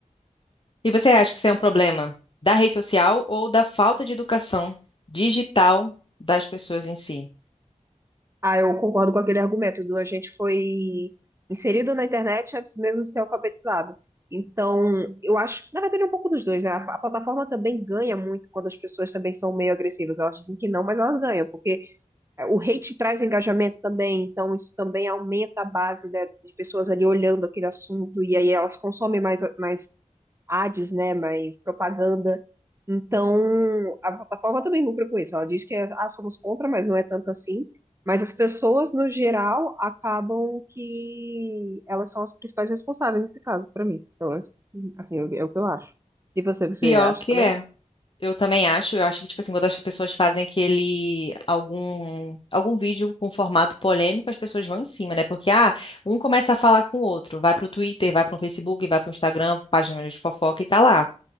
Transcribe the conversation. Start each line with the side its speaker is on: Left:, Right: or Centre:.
Left: E você acha que isso é um problema da rede social ou da falta de educação digital das pessoas em si?
Right: Ah, eu concordo com aquele argumento do a gente foi inserido na internet antes mesmo de ser alfabetizado. Então, eu acho, na verdade, é um pouco dos dois, né? A, a plataforma também ganha muito quando as pessoas também são meio agressivas. Elas dizem que não, mas elas ganham, porque é, o hate traz engajamento também, então isso também aumenta a base, né, de pessoas ali olhando aquele assunto, e aí elas consomem mais, mais ads, né? Mais propaganda. Então, a plataforma também lucra com isso. Ela diz que é, ah, somos contra, mas não é tanto assim. Mas as pessoas, no geral, acabam que elas são as principais responsáveis nesse caso, para mim. Então, é, assim, é o que eu acho. E você, você
Left: Pior
Right: acha
Left: que
Right: também?
Left: é. Eu também acho, eu acho que, tipo assim, quando as pessoas fazem aquele, algum, algum vídeo com formato polêmico, as pessoas vão em cima, né? Porque, ah, um começa a falar com o outro, vai pro Twitter, vai pro Facebook, vai pro Instagram, página de fofoca e tá lá.